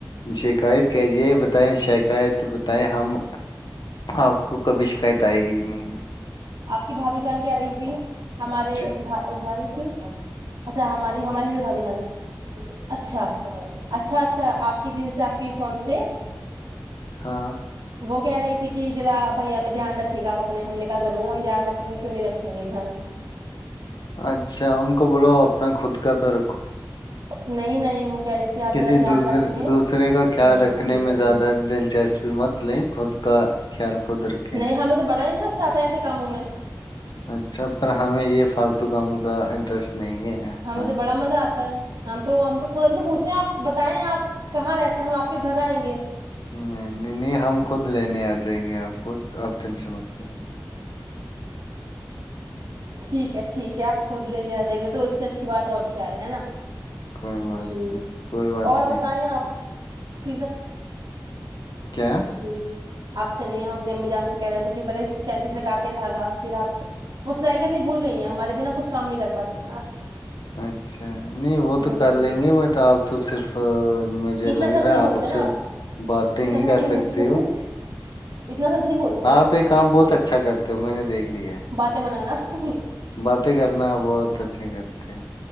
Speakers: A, on the left; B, on the right.
A: شکایت کیا ہے یہ بتائیں شکایت بتائیں ہم آپ کو کبھی شکایت آئے گی ہی نہیں
B: آپ کی بھا بھی جان کہ رہی تھی ہمارے
A: جی
B: بھائی بھائی اچھا ہماری ہمارے بھی بھابھی جان ہے اچھا اچھا اچھا آپ کی جن سے آپ کی فون سے
A: ہاں
B: وہ کہہ رہی تھی کہ ذرا بھیا پہ دھیان رکھے گا آپ اپنے ہم نے کہا ضرور ہم دھیان رکھیں گے کیوں نہیں رکھیں گے دھیان
A: اچھا ان کو بولو اپنا خود کا تو ر
B: نہیں نہیں وہ کہہ رہی تھی آپ
A: کسی
B: ذرا دھیان
A: دوسرے
B: رکھیں
A: دوسرے کا خیال
B: میں نے
A: رکھنے
B: کہا ٹھیک
A: میں
B: ہے ٹھیک
A: زیادہ دلچسپی مت لے خود کا خیال خود رکھیں
B: نہیں ہم تو بڑا انٹرسٹ آتا ہے ایسے کاموں میں
A: اچھا پر ہمیں یہ فالتو کاموں کا انٹرسٹ نہیں ہے
B: ہمیں
A: آج
B: تو بڑا
A: تک
B: مزہ آتا ہے ہم تو ہم تو ابھی تو پوچھ رہے ہیں آپ بتائیں آپ کہاں رہتے ہیں ہم آپ کے گھر آئیں گے
A: نہیں نہیں نہیں ہم خود لینے آ جاۓ گے آپ کو تو آپ ٹینشن مت لو <inaudible>
B: ٹھیک ہے ٹھیک ہے آپ خود لینے آ جائیں گے تو اس سے اچھی بات اور کیا ہے ہے نا
A: کوئی بات
B: جی
A: نہیں کوئی بات
B: اور
A: نہیں
B: بتائیں آپ <inaudible>
A: کیا
B: جی آپ سے نہیں ہم اپنی امی جان سے کہہ رہے تھے کہ بلے کینچی سے کاٹیں دھاگا پھر آپ وہ سلائی کرنی بھول گئی ہیں ہمارے بنا کچھ کام نہیں کر پاتی
A: اچھا نہیں وہ
B: ہ
A: تو کر
B: جی
A: لیں گے بٹ آپ تو صرف <inaudible> مجھے
B: اتنا
A: لگ
B: سچ
A: رہا
B: نہیں
A: ہے
B: بولتے
A: آپ
B: نا
A: صرف باتیں
B: اتنا
A: ہی
B: سچ
A: کر
B: نہیں
A: سکتے
B: بولتے
A: ہو
B: ہیں اتنا سچ نہیں بولتے
A: آپ یہ کام بہت اچھا کرتے ہو میں نے دیکھ لیا
B: باتیں <inaudible>
A: باتیں کرنا بہت اچھے کرتے ہیں